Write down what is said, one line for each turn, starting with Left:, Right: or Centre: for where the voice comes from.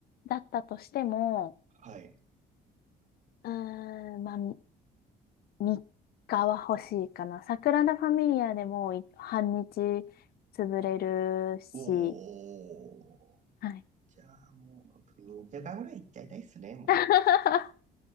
Left: だったとしても、
Right: はい。
Left: うーん、まあ、み3日は欲しいかな。サグラダ・ファミリアでもい半日潰れるし、
Right: おー。
Left: はい。
Right: じゃあもう、本当に2週間ぐらい行っちゃいたいっすね、もう。
Left: <laughs>